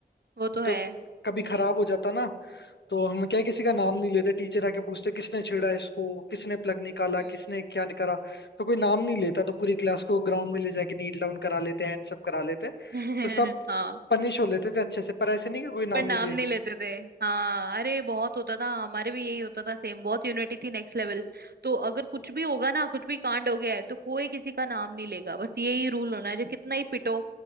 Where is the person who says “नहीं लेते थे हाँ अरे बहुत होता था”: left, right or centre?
Right